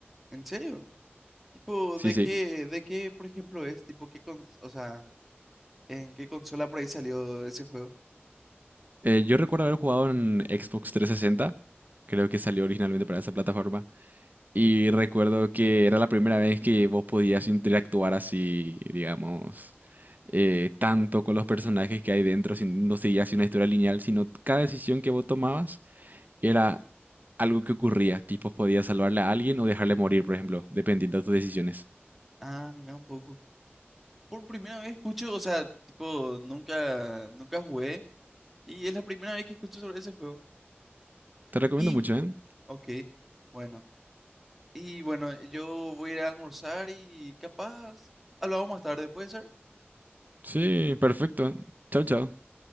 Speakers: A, in the centre; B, on the right.
A: ¿En serio? Tipo,
B: Sí,
A: ¿de
B: sí.
A: qué, de qué, por ejemplo, es? Tipo, ¿qué con, o sea, en qué consola por ahí salió ese juego?
B: Eh, yo recuerdo haber jugado en Xbox 360, creo que salió originalmente para esa plataforma. Y recuerdo que era la primera vez que vos podías interactuar así, digamos, eh, tanto con los personajes que hay dentro, sin- no seguías una historia lineal, sino cada decisión que vos tomabas era algo que ocurría, tipo podías salvarle a alguien o dejarle morir, por ejemplo, dependiendo de tus decisiones.
A: Ah, mira un poco. Por primera vez escucho, o sea, tipo, nunca, nunca jugué y es la primera vez que escucho sobre ese juego.
B: Te recomiendo
A: Y,
B: mucho, ¿eh?
A: ok, bueno. Y bueno, yo voy a ir a almorzar y capaz hablamos más tarde, ¿puede ser?
B: Sí, perfecto. Chao, chao.